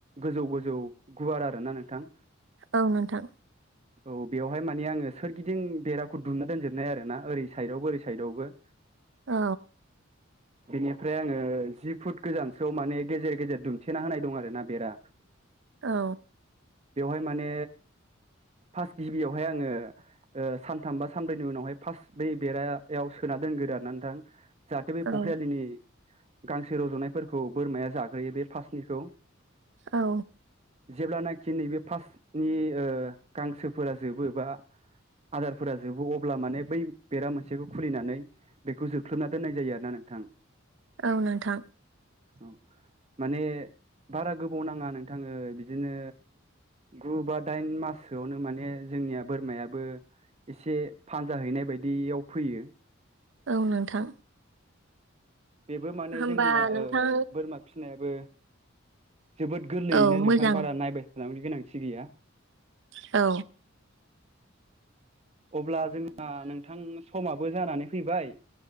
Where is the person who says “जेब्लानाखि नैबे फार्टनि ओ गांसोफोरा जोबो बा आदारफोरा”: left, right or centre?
Right